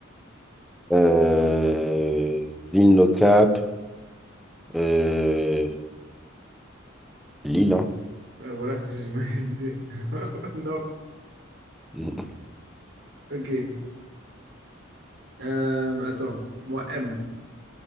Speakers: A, in the centre; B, on the right.
A: Euh, Lil No Cap. Euh, Lil, hein.
B: ouais, voilà ce que je <laughs> je disais. <laughs> Non.
A: <laughs>
B: Ok. Euh, attends, moi M.